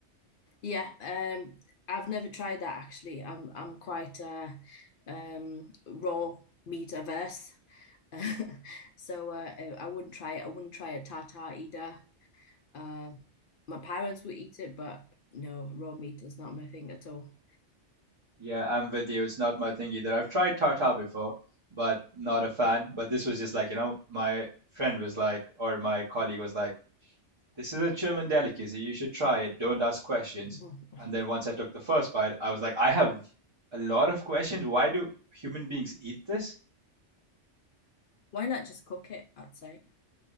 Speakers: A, on the left; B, on the right.
A: yeah, um, I've never tried that actually. I'm I'm quite uh um raw meat averse, <laughs> so uh, I I wouldn't try it. I wouldn't try a tartar either. Uh, my parents would eat it, but no, raw meat is not my thing at all.
B: Yeah, I'm with you. It's not my thing either. I've tried tartar before, but not a fan. But this was just like, you know, my friend was like, or my colleague was like, This is a German delicacy. You should try it. Don't ask questions.
A: No. <laughs>
B: And then once I took the first bite, I was like, I have a lot of questions. Why do human beings eat this?
A: Why not just cook it? I'd say